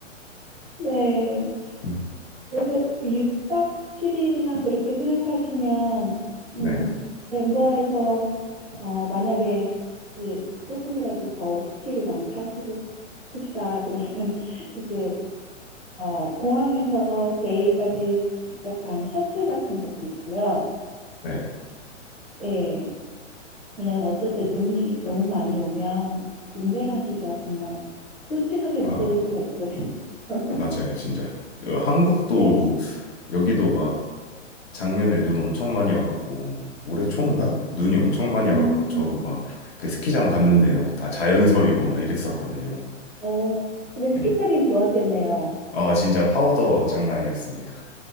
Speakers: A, in the centre; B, on the left.
A: 네.
B: 음,
A: 그래서 그 6박 7일이나 그렇게 생각하시면, 음,
B: 네,
A: 덴버에서, 어, 만약에, 예, 조금이라도 더 스키를 많이 타시고 싶으시다. 그러면 <laughs> 이제, 어, 공항에서 제일까지 직접 가는 셔틀 같은 것도 있고요.
B: 네.
A: 예. 왜냐면 어쨌든 눈이 너무 많이 오면 운전하기가 정말 끔찍하게 무서울
B: 아,
A: 수가 있거든요. <laughs>
B: 맞아요, 진짜. 어, 한국도
A: 네.
B: 여기도 막 작년에 눈 엄청 많이 와갖고 올해 초인가? 눈이 엄청 많이
A: 음,
B: 와갖고 저도 막 그 스키장 갔는데 막 다 자연설이고 막 이랬었거든요.
A: 어, 근데
B: 네.
A: 스키 타긴 좋았겠네요.
B: 아, 진짜 파우더 장난 아니었습니다.